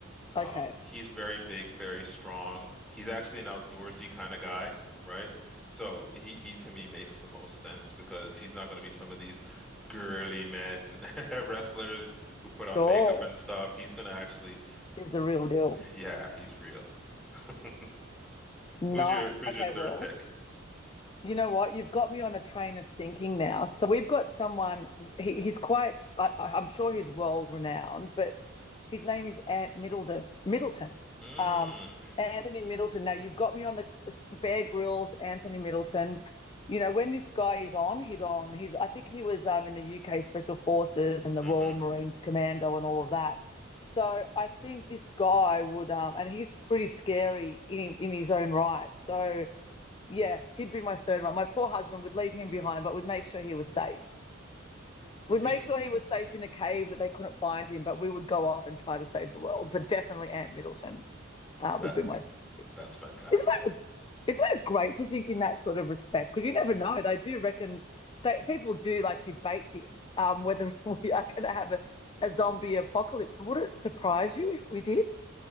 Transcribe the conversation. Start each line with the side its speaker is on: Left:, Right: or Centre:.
Centre: Um,
Left: Okay.
Centre: he's very big, very strong. He's actually an outdoorsy kind of guy, right? So he, he to me makes the most sense because he's not going to be some of these girly men <laughs> wrestlers who put on
Left: Sure.
Centre: makeup and stuff. He's going to actually,
Left: Is the real deal.
Centre: <laughs> yeah, he's real. <laughs>
Left: Nice.
Centre: Who's your who's
Left: Okay.
Centre: your third
Left: Well,
Centre: pick?
Left: You know what? You've got me on a train of thinking now. So we've got someone, he, he's quite, I, I'm sure he's world renowned, but his name is Ant Middleton. Middleton.
Centre: Mm,
Left: Um, Anthony Middleton. Now you've got me on the Bear Grylls, Anthony Middleton. You know when this guy is on, he's on. He's I think he was um, in the UK Special Forces and the
Centre: hmm
Left: Royal Marines Commando and all of that. So I think this guy would, um, and he's pretty scary in in his own right. So yeah, he'd be my third one. My poor husband would leave him behind, but would make sure he was safe. We'd
Centre: hmm
Left: make sure he was safe in a cave that they couldn't find him, but we would go off and try to save the world. But definitely Aunt Middleton uh,
Centre: <laughs>
Left: would be my third.
Centre: That's fantastic.
Left: Isn't that isn't that great to think in that sort of respect? Because you never know. They do reckon they people do like debate this um, whether <laughs> we are going to have a, a zombie apocalypse. Would it surprise you if we did?